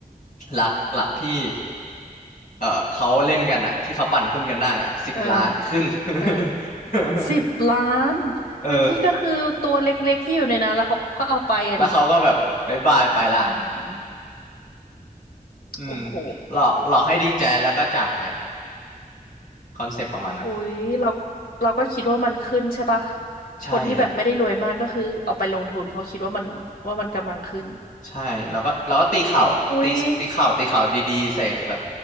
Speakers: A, on the left; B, on the left.
A: หลักหลักที่เออเขาเล่นกันอะที่เขาปั่นหุ้นกันได้อะสิบล้านขึ้น
B: เออเออ
A: <laughs>
B: สิบล้าน
A: เออ
B: งั้นพี่ก็คือตัวเล็กๆที่อยู่ในนั้นแล้วเขาก็เอาไปอะดิ
A: แล้วเขาก็แบบบายบายไปละ
B: อือหือ
A: อืม
B: โอ้โห
A: หลอกหลอกให้ดีใจแล้วก็จากไปคอนเซปต์ประมาณนั้น
B: โอ้ยเราเราก็คิดว่ามันขึ้นใช่ปะ
A: ใช่อะ
B: คนที่แบบไม่ได้รวยมากก็คือเอาไปลงทุนเพราะคิดว่ามันว่ามันกำลังขึ้น
A: ใช่แล้วก็แล้วก็ตีข่าวตีตีข่าวตีข่าวดีๆใส่แบบ
B: อุ้ย